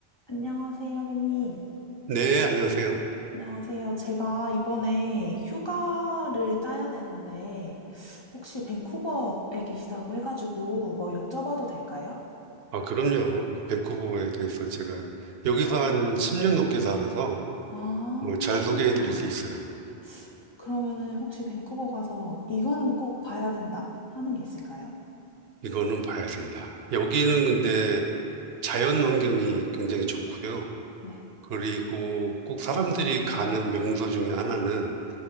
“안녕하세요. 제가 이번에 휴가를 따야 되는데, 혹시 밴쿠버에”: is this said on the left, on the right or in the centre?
Left